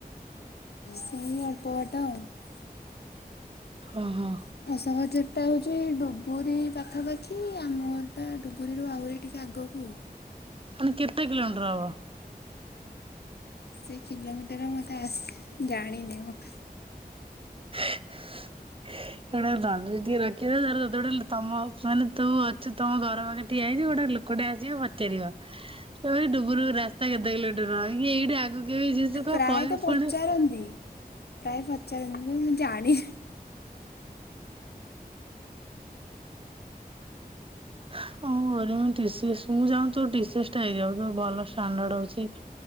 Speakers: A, on the left; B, on the right.
A: ସେଇ ଅଳ୍ପ ବାଟ ଆଉ
B: ଓହୋ
A: ସହଜ ଏଟା ହଉଛି ଡବୁରୀ ପାଖାପାଖି ଆମର ଘର ଡବୁରୀରୁ ଆହୁରି ଟିକେ ଆଗକୁ
B: ମାନେ କେତେ କିଲୋମିଟର ହବ?
A: ସେ କିଲୋମିଟର ମତେ ଆସି ଜାଣିନି ମୁଁ।
B: <inaudible> ସେଗୁଡ଼ାକ ବାଲୁ ଯେତିକି ରଖିଲେ ତାର ଡର ତମ ମାନେ ତୁ ଅଛୁ ତମ ଘର ପାଖରେ ଠିଆ ହେଇଛୁ ଗୋଟେ ଲୋକଟେ ଆସିବ ପଚାରିବ ସେ ଡୁବୁରୁ କୁ ରାସ୍ତା କେତେ କିଲୋଟର ଇଏ ଏଇଠି ଆଗକୁ ବି ଯିବୁ କଣ
A: ପ୍ରାୟତଃ
B: କହିବି
A: ପଚାରନ୍ତି
B: ପୁଣି?
A: ପ୍ରାୟ ପଚାରନ୍ତି ମୁଁ ଜାଣି
B: <unintelligible> ମୁଁ କନ କରିବି ମୋ ଟିସିସ ମୁଁ ଚାହୁଁଛି ତୋ ଟିସିସ ଟା ହେଇଯାଉ। ତୋର ଭଲ ଷ୍ଟାଣ୍ଡାଡ ଅଛି।